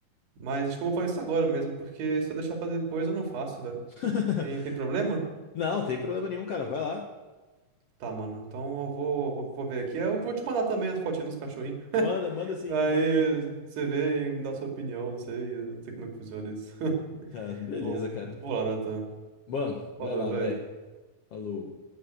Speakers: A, on the right; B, on the left.
A: Mas acho que eu vou fazer isso agora mesmo, porque se eu deixar pra depois eu não faço, velho.
B: <laughs>
A: Tem, tem problema?
B: Não, tem problema nenhum, cara. Vai lá.
A: Tá, mano. Então eu vou, vou, vou ver aqui. Eu vou te mandar também as fotinhas dos cachorrinhos. <laughs>
B: Manda, manda sim,
A: Aí
B: manda sim.
A: você vê e me dá sua opinião, não sei, eu não sei como é que funciona isso. <laughs>
B: Tá, beleza,
A: Bom,
B: cara.
A: vou lá, Nathan.
B: Bom, vai
A: Falou,
B: lá,
A: velho.
B: velho. Falou.